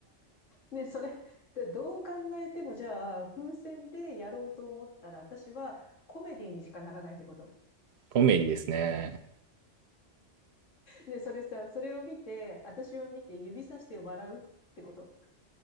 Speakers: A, on the left; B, on the right.
A: ね、それ、でどう考えても、じゃあ、風船でやろうと思ったら、私はコメディにしかならないってこと
B: コメディですね。
A: ね、それさ、それを見て、私を見て指さして笑うってこと